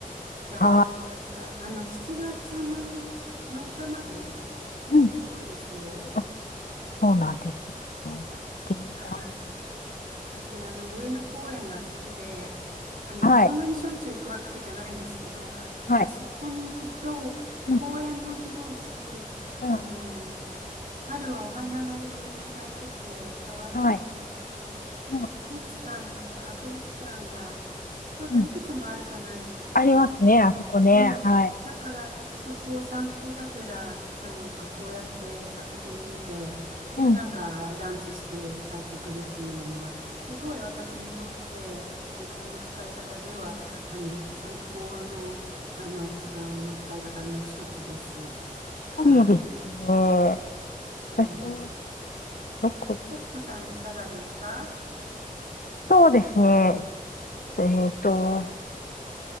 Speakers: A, on the right; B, on the left.
A: かれてください。
B: あ
A: あの、7月の6日までしてるようですよ。
B: ーうん。あそうなんですね。行ってみたい。
A: うんはい。私、あの、上野公園が好きで、あの、
B: はい。
A: そんなにしょっちゅう行くわけじゃないんですけど、
B: はい。
A: あそこに行くと、
B: うん。
A: 公園も広いし、
B: うん。
A: あの、春はお花がいろいろ咲いてて、可愛らしいし、
B: はい。うん。
A: 美術館とか博物館が、なんかいくつもあるじゃないですか。
B: うん。ありますね。あそこね。
A: ねえ。
B: はい。
A: だから、あそこを散歩がてら、なんかそうやって作品見て、で、
B: うん。
A: なんかランチして帰ってくるっていうのは、
B: うん
A: すごい私にとって、時間の使い方では、あの、最高の、あの、時間の使い方の一つです。は
B: いいですね。
A: い。うん。
B: 私はどこ
A: 幸子さん、いかがですか
B: そうですね。えっと、